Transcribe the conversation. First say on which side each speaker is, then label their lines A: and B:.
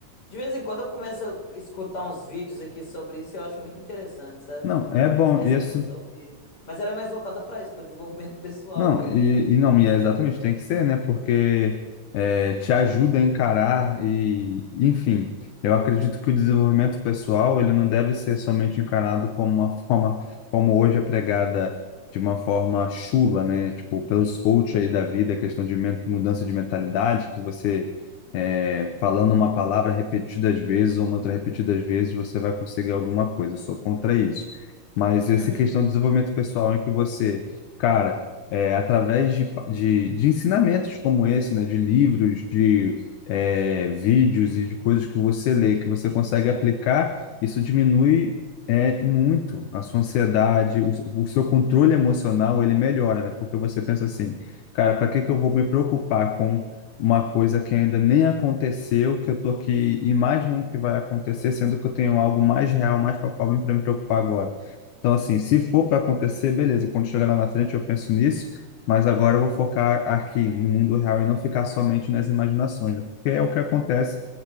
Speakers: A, on the left; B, on the left.
A: de vez em quando eu começo a escutar uns vídeos aqui sobre isso e eu acho muito interessante, sabe?
B: Não, é bom.
A: Essa
B: E assim.
A: filosofia. Mas ela é mais voltada para isso, para desenvolvimento <laughs> pessoal
B: Não,
A: mesmo.
B: e, e não, e é exatamente, tem que ser, né? Porque é, te ajuda a encarar e, enfim, eu acredito que o desenvolvimento pessoal, ele não deve ser somente encarado como uma forma, como hoje é pregada de uma forma chula, né? Tipo, pelos coaches aí da vida, questão de men- mudança de mentalidade, que você, é, falando uma palavra repetidas vezes ou uma outra repetidas vezes, você vai conseguir alguma coisa. Eu sou contra isso. Mas
A: Uhum.
B: essa questão de desenvolvimento pessoal em que você, cara é, através de, pa- de, de ensinamentos como esse, né, de livros, de é, vídeos e de coisas que você lê,
A: Sim.
B: que você consegue aplicar, isso diminui é, muito a sua ansiedade, o, seu- o seu controle emocional, ele melhora, né? Porque você pensa assim, cara, para que que eu vou me preocupar com uma coisa que ainda nem aconteceu, que eu tô aqui imaginando que vai acontecer, sendo que eu tenho algo mais real, mais palpável para me preocupar agora. Então, assim, se for para acontecer, beleza, quando chegar lá na frente eu penso nisso, mas agora eu vou focar aqui, no mundo real, e não ficar somente nas imaginações, né? Porque é o que acontece